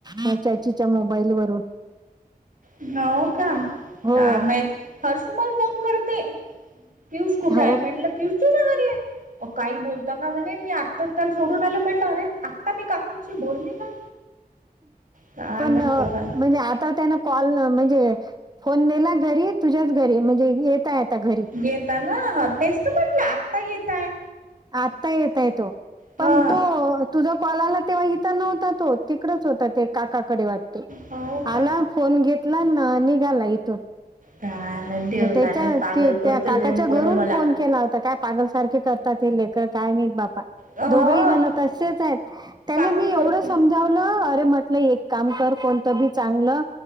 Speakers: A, on the right; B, on the right.
A: ह चाचीच्या मोबाईल वरून
B: हो का
A: हो
B: काय माहित हर्षू मला फोन करते. पियुष कुठे
A: हो
B: आहे. म्हटलं पियुष तुझ्या घरी आहे, काही बोलतात. का म्हणे मी आत्ता त्याल सोडून आलो म्हटल अरे आत्ता मी काकूूनशी बोलली ना. काय
A: पण
B: माहित पोरां
A: म्हणजे आता त्यांना कॉल म्हणजे फोन नेला, घरी तुझ्याच घरी म्हणजे. येताय आता घरी
B: गेताना तेच तर म्हटलं आत्ता येताय.
A: आता येतय तो
B: हा
A: पण तो तुझा कॉल आला तेव्हा इथं नव्हता तो. तिकडच होता ते काकाकडे वाटते
B: हो का
A: आला फोन घेतला आन निघाला इथून.
B: काय नाही देव
A: म त्याच्या
B: जाणे पागल
A: त्या
B: करते
A: काकाच्या
B: दोन
A: घरून
B: पोरं मला.
A: फोन केला होता काय पागलसारखे करतात हे, लेकर काय मी बा.
B: हो
A: दोघंही जण तसेच आहेत त्याले,
B: पागल
A: मी एवढ
B: करते
A: समजावलं. अरे म्हटलं एक काम कर, कोणतं बी चांगलं.